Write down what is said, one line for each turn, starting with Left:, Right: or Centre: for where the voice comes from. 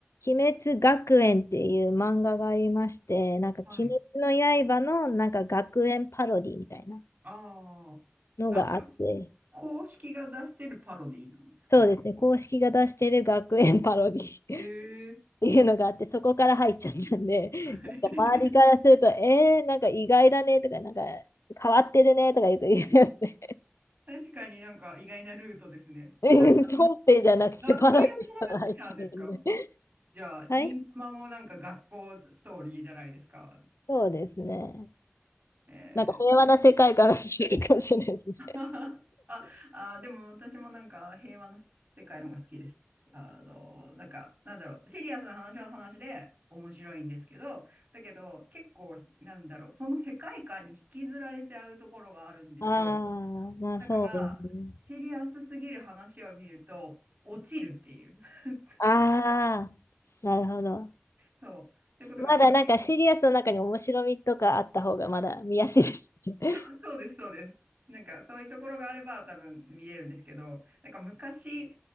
Left: 鬼滅学園っていう漫画がありまして、なんか鬼滅
Right: はい。
Left: の刃のなんか学園パロディみたいな
Right: あ
Left: のがあって、
Right: あ。あ、それ、公式が出してるパロディなんですか
Left: そうですね、公式が出してる学園パロディ <laughs> っ
Right: ええー
Left: ていうのがあって、そこから入っちゃったんで、なんか周りからすると、
Right: <laughs>
Left: えー、なんか意外だねとか、なんか変わってるねとか言うと言いますね。
Right: 確かになんか意外なルートですね。
Left: <laughs> 本編じゃなくてパロディから入ってるんで。
Right: もうなんか学園ものが好きなんですかじゃあ、忍たまもなんか学校ストーリーじゃないですか。
Left: はい、そうですね。
Right: えー
Left: なんか平和な世界観が好きかもしれないですね。
Right: <laughs>、あ、あ、でも私もなんか平和な世界の方が好きです。あの、なんか、なんだろう、シリアスな話は話で面白いんですけど、だけど結構、なんだろう、その世界観に引きずられちゃうところがあるんですよ。
Left: ああ、まあそうですね。
Right: だから、シリアスすぎる話を見ると、落ちるっていう。<laughs>
Left: ああ、なるほど。
Right: そう、そういうことがあって。
Left: まだなんかシリアスの中に面白みとかあった方がまだ見やすいですね。
Right: <laughs>
Left: <laughs>
Right: そうそうです、そうです。なんかそういうところがあれば多分見れるんですけど、なんか昔、